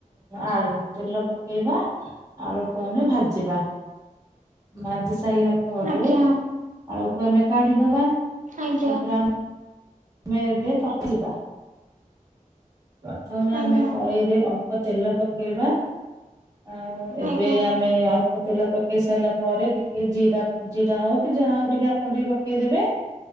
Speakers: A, on the right; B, on the right.
A: ଆଳୁ। ତେଲ ପକେଇବା। ଆଳୁକୁ ଆମେ ଭାଜିବା ଭାଜି ସାଇଲା। ପରେ
B: ଆଜ୍ଞା
A: ଆଳକୁ ଆମେ କାଢିଦବା।
B: ଆଜ୍ଞା।
A: ତାପରେ ଆମେ ଏବେ <unintelligible> ଯିବା। ପ୍ରଥମେ ଆମେ
B: ଆଜ୍ଞା
A: କରେଇରେ ଅଳ୍ପ ତେଲ ପକେଇବା। ଆ ଏବେ
B: ଆଜ୍ଞା
A: ଆମେ ଅ। ତେଲ ପକେଇ ସାରିଲା ପରେ ଟିକେ ଜିରା ଜିରା ହଉ କି ଯାହା ହଉ ଟିକେ ଆପଣ ଟିକେ ପକେଇଦେବେ।